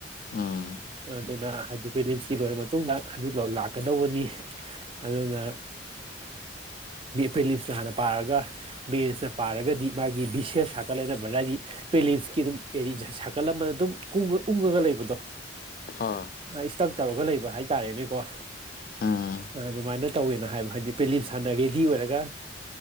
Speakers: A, on the left; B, on the right.
A: ꯑꯥ
B: ꯑꯗꯨꯅ ꯍꯥꯏꯗꯤ ꯐꯦꯂꯤꯞꯁꯀꯤ ꯂꯣꯏꯔꯕ ꯃꯇꯨꯡꯗ ꯑꯗꯨꯗꯣ ꯂꯥꯛꯀꯗꯧꯕꯅꯤ ꯑꯗꯨꯅ ꯐꯦꯂꯤꯞꯁꯅ ꯍꯥꯟꯅ ꯄꯥꯔꯒ ꯕꯦꯟꯁꯅ ꯄꯥꯔꯒꯗꯤ ꯃꯥꯒꯤ ꯕꯤꯁꯦꯁ ꯁꯥꯀꯜ ꯂꯩꯅꯕ ꯍꯥꯏꯗꯤ ꯄꯦꯂꯤꯞꯁꯀꯤ ꯑꯗꯨꯝ ꯑꯦꯗꯤ ꯁꯥꯀꯜ ꯑꯃꯗ ꯑꯗꯨꯝ ꯀꯨꯡꯉ ꯎꯡꯉꯒ ꯂꯩꯕꯗꯣ
A: ꯍꯥ
B: ꯏꯁꯇꯛ ꯇꯧꯔꯒ ꯂꯩꯕ ꯍꯥꯏꯇꯥꯔꯦꯅꯦꯀꯣ
A: ꯎꯝ
B: ꯑꯗꯨꯃꯥꯏꯅ ꯇꯧꯋꯦꯅ ꯍꯥꯏꯕ ꯍꯥꯏꯗꯤ ꯄꯦꯂꯤꯝꯁ ꯍꯥꯟꯅ ꯔꯦꯗꯤ ꯑꯣꯏꯔꯒ